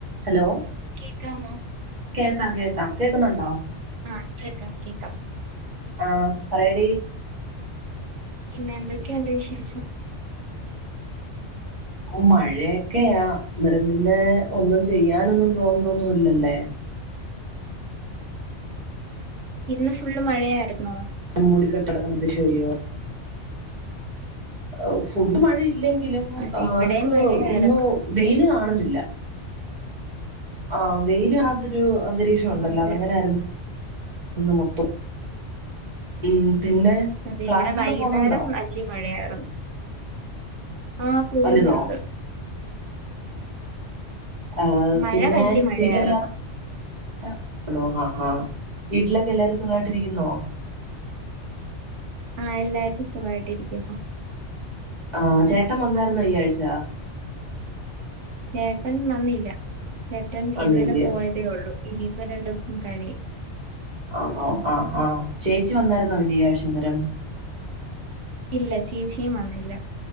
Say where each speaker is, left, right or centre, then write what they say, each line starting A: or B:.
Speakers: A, on the right; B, on the right.
A: Hello
B: കേക്കാമോ
A: കേൾക്കാം കേൾക്കാം കേൾക്കുന്നുണ്ടോ
B: ആ കേക്കാം കേക്കാം
A: ആ പറയടി
B: പിന്നെ എന്തൊക്കെഉണ്ട് വിശേഷം
A: ഓ മഴയൊക്കെയാ നിറ പിന്നെ ഒന്നും ചെയ്യാനൊന്നും തോന്നതോന്നില്ലല്ലേ
B: ഇന്ന് ഫുള്ള് മഴയായിരുന്നോ
A: മുടി കെട്ട് <unintelligible> ആഹ് ഫുഡ് മഴയില്ലെങ്കി ങ്കിലും
B: അതെ
A: ആഹ്
B: ഇവിടെയും
A: നമുക്ക്
B: മഴയായിരുന്നു
A: ഇന്ന് വെയില് കാണുന്നില്ല ആ വെയില് <unintelligible> അന്തരീക്ഷം ഉണ്ടല്ലോ
B: അതെ
A: അത് അങ്ങനൊ ആരുന്നു. ഒന്ന് മൊത്തം ഉം പിന്നെ
B: അതെ
A: ക്ലാസ്സിനൊക്കെ
B: ഇവിടെ വൈകുന്നേരം
A: പോന്നുണ്ടോ
B: വല്യ മഴയായിരുന്ന് ആ പോകുന്നുണ്ട്.
A: വലുതോ ആഹ്
B: മഴ
A: പിന്നെ
B: വലിയ മഴയായിരുന്നു
A: വീട്ടിൽ സുഖമാണോ <unintelligible> ഹ ഹ വീട്ടിലൊക്കെ എല്ലാരും സുഖായിട്ടിരിക്കുന്നോ?
B: ആഹ് എല്ലാരും സുഖായിട്ടിരിക്കുന്നു.
A: ആഹ് ചേ ട്ടൻ വന്നായിരുന്നൊ ഈ ആഴ്ച്ച
B: ചേട്ടൻ വന്നില്ല ചേട്ടൻ
A: വന്നില്ല
B: ഇന്നലെ പോയതേ ഒള്ളൂ. ഇനിയിപ്പ രണ്ടു ദിവസം കഴിയും
A: അന്നൊ ആഹ് ആഹ് ചേച്ചി വന്നായിരുന്നോ പിന്ന ഈ ആഴ്ച്ച <unintelligible>
B: ഇല്ല ചേച്ചിയും വന്നില്ല